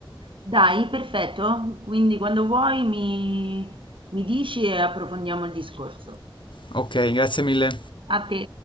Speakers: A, on the right; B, on the left.
A: Dai, perfetto. Quindi quando vuoi mi mi dici e approfondiamo il discorso.
B: Ok, grazie mille.
A: A te.